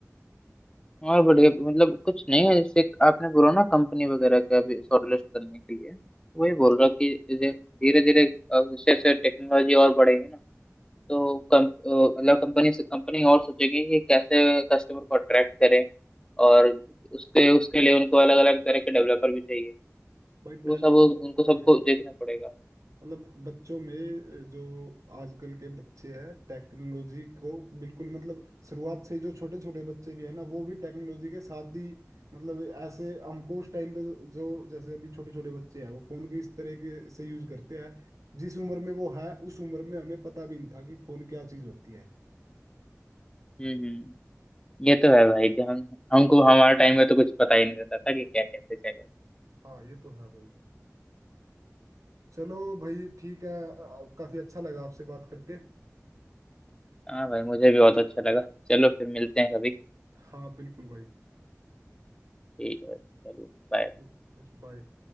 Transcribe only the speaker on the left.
और बढ़िया मतलब कुछ नहीं है जैसे आपने बोला ना कंपनी वगैरह का भी शॉर्टलिस्ट करने के लिए वही बोल रहा कि धीरे धीरे जैसे जैसे टेक्नोलॉजी और बढ़ेगी ना तो कम अ, मतलब कंपनी से कंपनी और सोचेगी कि कैसे कस्टमर को अट्रैक्ट करें और उसके उसके लिए उनको अलग अलग तरह के डेवलपर भी चाहिए तो
वो सब उनको
सबको देखना पड़ेगा
हम्म हम्म ये तो है भाई कि हम हमको हमारे टाइम में तो कुछ पता ही नहीं रहता था कि क्या कैसे चलेगा
हाँ भाई मुझे भी बहुत अच्छा लगा चलो फिर मिलते हैं कभी
ठीक है चलिए बाय